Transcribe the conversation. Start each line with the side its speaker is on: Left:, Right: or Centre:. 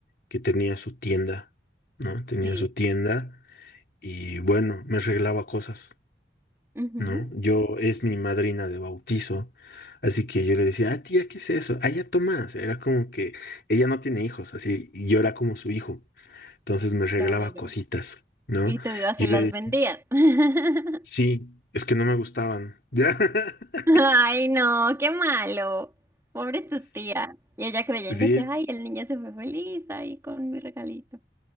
Left: que tenía su tienda, ¿no? Tenía
Right: Sí.
Left: su tienda y bueno, me arreglaba cosas,
Right: Ujú.
Left: ¿no? Yo es mi madrina de bautizo, así que yo le decía, ah, tía, ¿qué es eso? Ah, ya Tomás. Era como que ella no tiene hijos, así, y yo era como su hijo. Entonces me regalaba
Right: Claro.
Left: cositas, ¿no?
Right: Y tú ibas
Left: Y
Right: y las
Left: yo le decía,
Right: vendías. <laughs>
Left: sí, es que no me gustaban. <laughs>
Right: Ay, no, qué malo. Pobre tu tía. Y ella creyendo
Left: Sí,
Right: que, ay, el niño se fue feliz ahí con mi regalito.